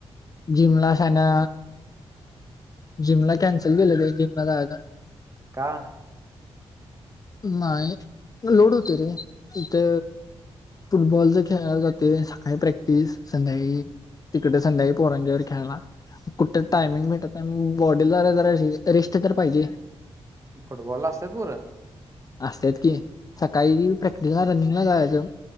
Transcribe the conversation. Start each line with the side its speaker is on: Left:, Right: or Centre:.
Left: जिमलासना जिमला कॅन्सल केलं ते जिमला जायाला.
Right: का?
Left: नाही लोड होते ते. फुटबॉलच खेळला जाते सकाळी प्रॅक्टिस संध्याळी तिकट संध्याळी पोरांच्या बरोबर खेळायला. कुठ टायमिंग भेटत बॉडीला जरा रिस्ट तर पाहिजे.
Right: फुटबॉला असतात पोर?
Left: असतात की सकाळी प्रॅक्टिसला रनिंगला जायचं,